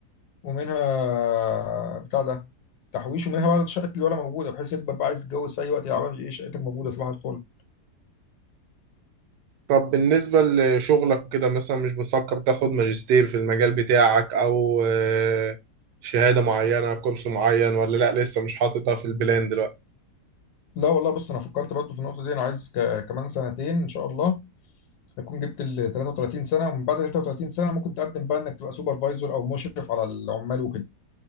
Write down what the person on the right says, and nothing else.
طب بالنسبه لشغلك كده مثلا مش بتفكر تاخد ماجستير في المجال بتاعك او آه، شهاده معينه كورس معين ولا لا لسه مش حاططها في البلان دلوقتي